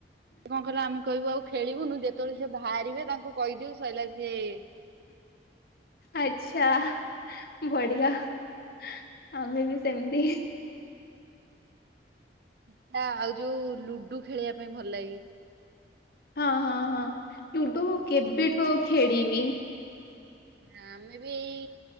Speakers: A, on the right (about 60°); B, on the left (about 55°).
A: କଣ କହିଲ ଆମେ କହିବୁ ଆଉ ଖେଳିବୁନୁ ଯେତେବେଳେ ସି ବାହାରିବେ ତାଙ୍କୁ କହିଦେଉ ସରିଲା ସିଏ
B: ଆଚ୍ଛା ବଢିଆ । ଆମେ ବି ସେମିତି।
A: ସେଟା ଆଉ ଯୋଉ ଲୁଡୁ ଖେଳିବା ପାଇଁ ଭଲ ଲାଗେ।
B: ହଁ ହଁ ହଁ ଲୁଡ଼ୁ ମୁଁ କେବେଠୁ ଆଉ ଖେଳିିନି।
A: ନା ଆମେ ବି ଏଇ